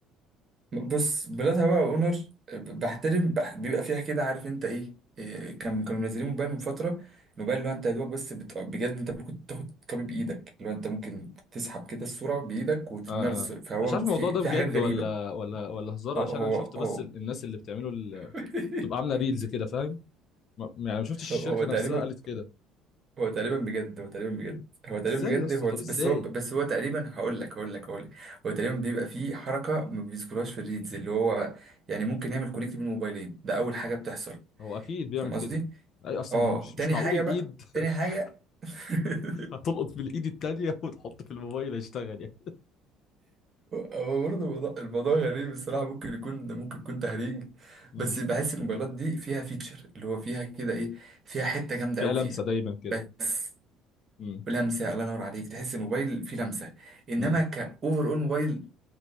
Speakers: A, on the right; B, on the left.
A: بص بلاد هواء اونر بحترم بح- بيبقى فيها كده عارف انت ايه إيه، كان كانوا منزلين موبايل من فتره الموبايل اللي هو انت يا دوبك بس بت... بجد انت ممكن تاخد كوبي بايدك اللي هو انت ممكن تسحب كده الصوره بايدك وترميها
B: اه
A: للص...
B: اه
A: فهو
B: مش عارف
A: في
B: الموضوع ده
A: في
B: بجد
A: حاجات غريبه
B: ولا ولا ولا هزار
A: هو
B: عشان
A: هو
B: انا شفت بس
A: هو
B: ال- الناس اللي بتعمله ال-
A: <laughs>
B: بتبقى عامله ريلز كده فاهم ما- يعني ما شفتش الشركه
A: هو هو تقريبا
B: نفسها قالت كده
A: هو تقريبا بجد هو تقريبا بجد هو تقريبا
B: ازاي
A: بجد
B: يا اسطى
A: هو
B: طب ازاي
A: بس هو بس هو تقريبا هقول لك هقول لك هقول لك هو تقريبا بيبقى فيه حركه ما بيذكرهاش في الريدز اللي هو يعني ممكن نعمل كونكت بين موبايلين ده اول حاجه بتحصل
B: هو اكيد بيعمل
A: فاهم قصدي
B: كده اي اصل
A: اه
B: مش
A: تاني
B: مش معقول
A: حاجة
B: الايد
A: بقى تاني
B: <laughs>
A: حاجة <laughs>
B: هتلقط بالايد التانية وتحط في الموبايل هيشتغل يعني
A: هو برضه الموضوع الموضوع غريب الصراحة ممكن يكون ده ممكن يكون تهريج
B: مم.
A: بس بحس الموبايلات دي فيها فيتشر اللي هو فيها كده ايه فيها حتة جامدة
B: فيها
A: قوي
B: لمسة
A: فيها
B: دايما كده
A: بس
B: مم.
A: لمسة الله ينور عليك تحس الموبايل فيه لمسة انما
B: مم.
A: كأوفر اول موبايل